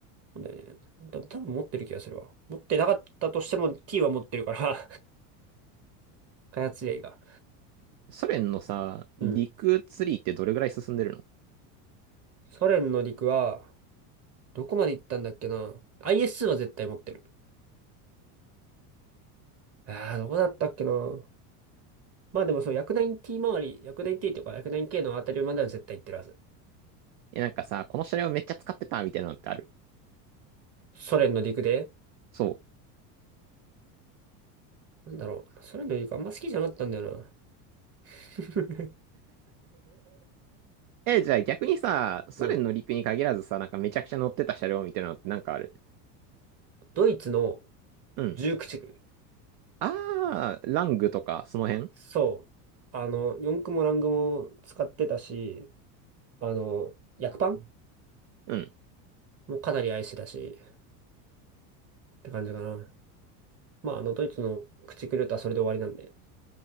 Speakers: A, on the right (about 30°); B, on the right (about 55°).
A: そうだよね。多分、多分持ってる気がするわ。持ってなかったとしても T は持ってるから <laughs> 開発例が。
B: う。ソ連のさ、
A: うん。
B: 陸ツリーってどれぐらい進んでるの
A: ソ連の陸は、どこまで行ったんだっけな。IS は絶対持ってる。ああ、どこだったっけな。まあでもそう、薬丸 T 周り、薬丸 T とか薬丸 K のあたりまでは絶対行ってるはず。
B: え、なんかさ、この車両めっちゃ使ってたみたいなのってある。
A: ソ連の陸で。
B: そう。
A: なんだろう。ソ連の陸あんま好きじゃなかったんだよな。<laughs>
B: え、じゃあ逆にさ、ソ連の陸に限らずさ、
A: うん
B: なんかめちゃくちゃ乗ってた車両みたいなのってなんかある
A: ドイツの
B: うん。
A: 19区。
B: あー、ラングとか、その辺
A: そう。あの、四駆もラングも使ってたし、あの、薬パン
B: うん。
A: もかなり愛してたし、って感じかな。まあ、あの、ドイツの駆逐ルートはそれで終わりなんで。